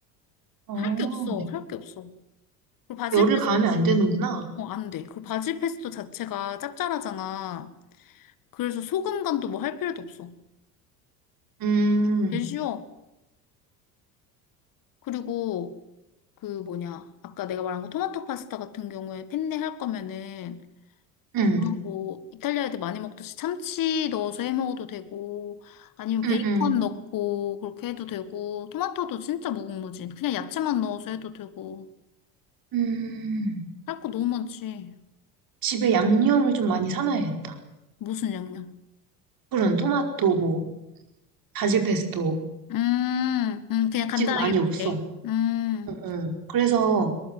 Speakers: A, on the right; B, on the left.
A: 어,
B: 할 게 없어. 할 게 없어. 그리고 바질
A: 열을
B: 페스토
A: 가하면 안 되는구나.
B: 어, 안 돼. 그리고 바질 페스토 자체가 짭짤하잖아. 그래서 소금 간도 뭐 할 필요도 없어.
A: 음,
B: 제일 쉬워. 그리고 그 뭐냐 아까 내가 말한 거 토마토 파스타 같은 경우에 펜네 할 거면은 그냥
A: 음,
B: 뭐 이탈리아 애들 많이 먹듯이 참치 넣어서 해 먹어도 되고 아니면
A: 음,
B: 베이컨
A: 음,
B: 넣고 그렇게 해도 되고 토마토도 진짜 무궁무진 그냥 야채만 넣어서 해도 되고
A: 음.
B: 할 거 너무 많지
A: 집에 양념을 좀 많이 사놔야겠다.
B: 무슨 양념
A: 그런 토마토, 뭐, 바질 페스토.
B: 음, 음 그냥 간단하게
A: 지금 많이
B: 먹게
A: 없어. 어,
B: 음
A: 어. 그래서